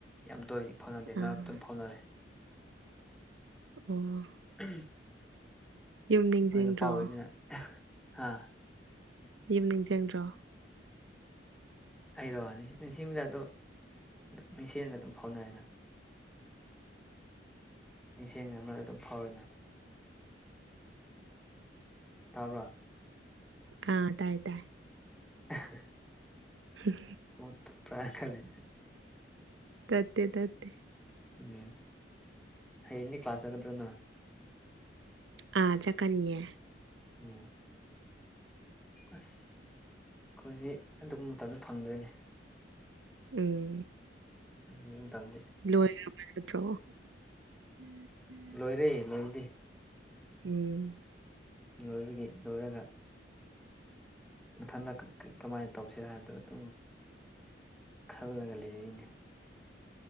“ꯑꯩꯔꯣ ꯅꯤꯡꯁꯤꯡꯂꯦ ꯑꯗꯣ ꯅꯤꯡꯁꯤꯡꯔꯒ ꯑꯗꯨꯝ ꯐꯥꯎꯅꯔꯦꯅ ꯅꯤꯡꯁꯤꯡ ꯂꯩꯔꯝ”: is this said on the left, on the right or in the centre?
Centre